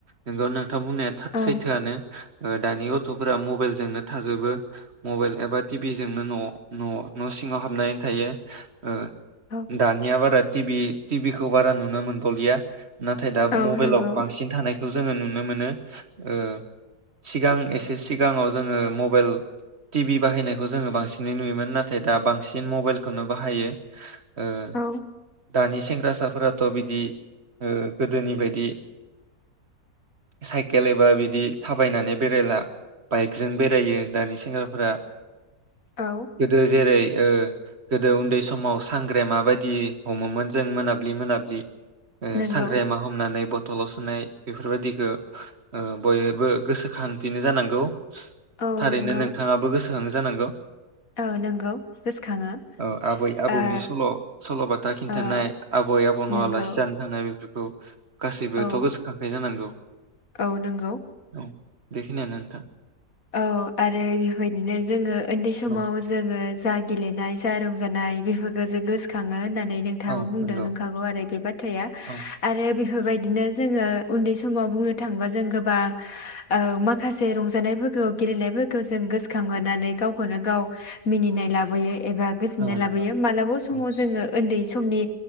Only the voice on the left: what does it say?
औ
औ
औ
नंगौ
औ
औ
नंगौ
औ
नंगौ
औ नंगौ गोसोखाङो
ओ
ओ
नंगौ
औ
औ नंगौ।
औ आरो इफोर बायदिनो जोङो ओन्दै समाव
जोङो जा गेलेनाय जा रंजानाय बेफोरखौसो गोसोखाङो होननानै नानै नोंथाङाबो
बुंदों
नंखागौ आरो बे बाथ्राया
आरो बे बेफोरबायदिनो जोङो उन्दै समाव बुंनो थाङोबा जों गोबां ओ माखासे रंजानायफोर खौ गेलेनायफोरखौ जों गोसखांहरनानै गावखौनो गाव मिनिनाय लाबोयो एबा गोजोननाय
लाबोयो
मालाबा समाव
जोङो ओन्दै समनि